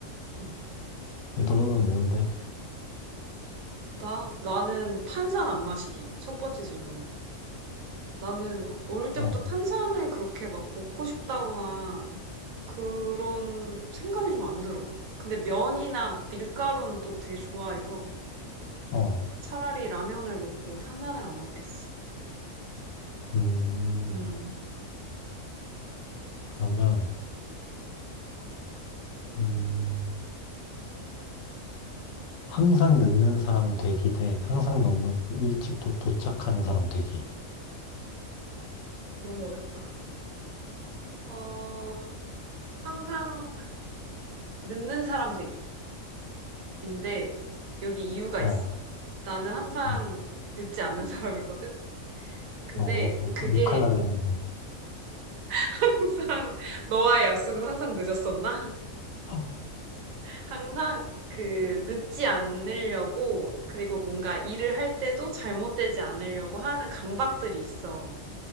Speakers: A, on the right; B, on the left.
A: 음.
B: 너는 뭔데?
A: 나? 나는 탄산 안 마시기. 첫 번째 질문은. 나는 어릴 때부터
B: 어,
A: 탄산을 그렇게 막 먹고 싶다거나 그런 생각이 좀 안 들어. 근데 면이나 막 밀가루는 또 되게 좋아해서
B: 어.
A: 차라리 라면을 먹고 탄산을 안 먹겠어.
B: 음,
A: 음,
B: 그러면, 음, 항상 늦는 사람 되기 대 항상 너무 일찍 도, 도착하는 사람 되기.
A: 너무 어렵다. 어, 항상 늦는 사람 되기인데 여기 이유가
B: 어,
A: 있어. 나는 항상
B: 네.
A: 늦지 않는 <laughs> 사람이거든? 근데
B: 어,
A: 그게
B: 욕할라 그랬는데.
A: <laughs> 항상 너와의 약속은 항상 늦었었나?
B: <gasps>
A: 항상 그 늦지 않으려고 그리고 뭔가 일을 할 때도 잘못되지 않으려고 하는 강박들이 있어.